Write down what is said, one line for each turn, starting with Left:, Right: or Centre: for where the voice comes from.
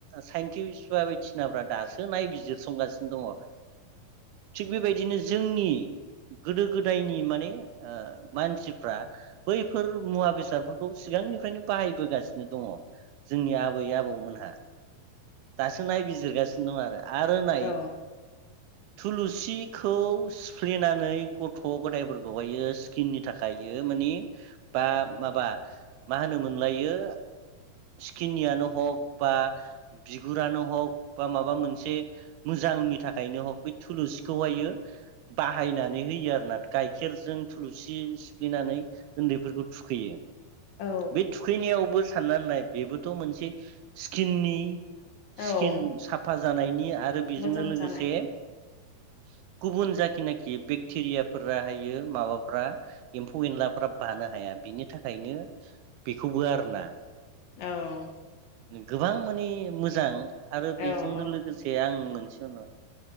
Right: साइन्टिस्ट बा बायदिसिनाफ्रा दासो नायबिजिरसंगासिनो दङ। थिग बेबायदिनो जोंनि गोदो गोदायनि माने ओ मानसिफ्रा बैफोर मुवा बेसादफोरखौ सिगांनिफ्रायनो बाहायबोगासिनो दङ। जोंनि आबै आबौमोनहा। दासो नायबिजिरगासि नो दं आरोे। आरो नाय
Left: औ
Right: थुलुसिखौ सिफ्लेनानै गथ' गथायफोरखौहायो स्किननि थाखायो मानि बा माबा मा होनोमोनलायो सिकिननियानो हग बा बिगुरानो हग बा माबा मोनसे मोजांनि था खायनो हग बे थुलुसिखौहायो बाहायनानै होयो आरोना गाइखेरजों थुलुसि सिफ्लेनानै उन्दैफोरखौ थुखैयो।
Left: औ
Right: बे थुखैनायावबो सानना नाय बेबोथ' मोनसे स्किननि स्किन
Left: औ
Right: साफा जानायनि आरो बेजोंनो
Left: मोजां
Right: लोगोसे
Left: जानाय
Right: <unintelligible> गुबुन जाखिनाखि बेक्टेरिया फोराहायो माबाफ्रा एम्फौ एनलाफ्रा बानो हाया बिनि थाखायनो बेखौबो आरोना
Left: औ
Right: गोबां माने मोजां आरो बेजोंनो
Left: औ औ
Right: लोगोसे आं मोनसे <unintelligible>